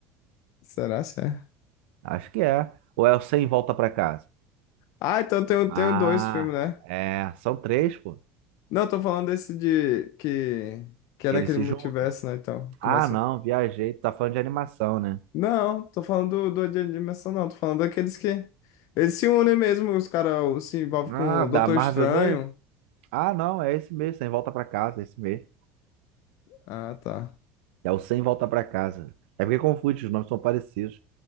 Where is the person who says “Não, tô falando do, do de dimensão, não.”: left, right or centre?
Left